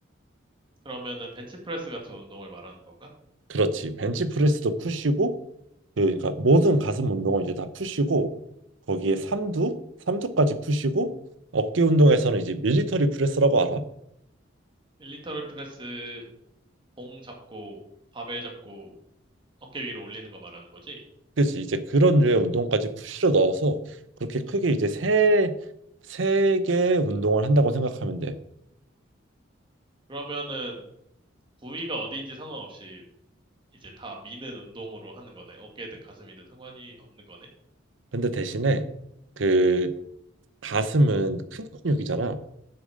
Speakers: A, on the right; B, on the right.
A: 그러면은 벤치프레스 같은 운동을 말하는 건가?
B: 그렇지. 벤치프레스도 푸시고 그, 그러니까 모든 가슴 운동은 이제 다 푸시고 거기에 삼두, 삼두까지 푸시고 어깨 운동에서는 이제 밀리터리 프레스라고 알아?
A: 밀리터리 프레스 봉 잡고 바벨 잡고 어깨 위로 올리는 거 말하는 거지?
B: 그치 이제 그런 류의 운동까지 푸시로 넣어서 그렇게 크게 이제 세 세 개의 운동을 한다고 생각하면 돼.
A: 그러면은 부위가 어디인지 상관없이 이제 다 미는 운동으로 하는 거네. 어깨든 가슴이든 상관이 없는 거네.
B: 근데 대신에 그 가슴은 큰 근육이잖아.